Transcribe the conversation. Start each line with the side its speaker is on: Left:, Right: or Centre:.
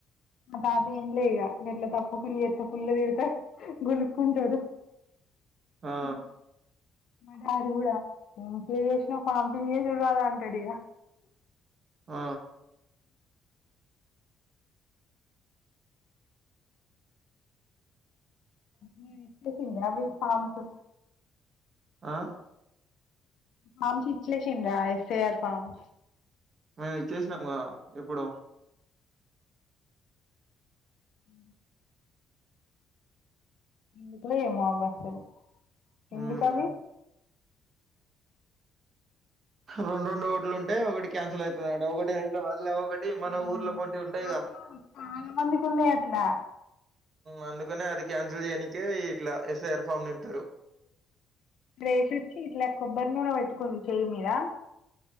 Left: మా తాత ఎంలే ఇగ ఇట్ల తప్పు ఫిల్ చేస్తే ఫుల్ తిడుతడు గునుక్కుంటడు
Right: ఆ!
Left: అ మా డాడీ కూడా ఎంసిఏ చేసినవ్ ఫామ్ ఫిల్ చేసుడు రాదా అంటాడు ఇగ
Right: ఆ
Left: మీరు ఇచ్చేసిండ్రా? అవి ఫార్మ్స్
Right: ఆ
Left: ఫామ్స్ ఇచ్లేషిరా ఎస్ఐఆర్ ఫార్మ్
Right: మేము ఇచ్చేసినాము గదా ఎప్పుడో
Left: ఉ ఎందుకో ఏమో అసలు
Right: హ్మ్.
Left: ఎందుకు అవి
Right: రెండు రెండు ఓట్లు ఉంటే ఒకటి క్యాన్సిల్ అయితదట ఒకటి హైదరాబాద్ లో ఒకటి మన
Left: ఆ
Right: ఊర్లో అటువంటి ఉంటాయిగా
Left: అవును చాలా మందికీ ఉన్నాయి అట్లా
Right: అందుకనే అది క్యాన్సిల్ చేయనికి ఇట్లా ఎస్ఐఆర్ ఫామ్ నింపీరు
Left: రేసి వచ్చి ఇట్లా కొబ్బరి నూనె పెట్టుకుంది చెయ్యి మీద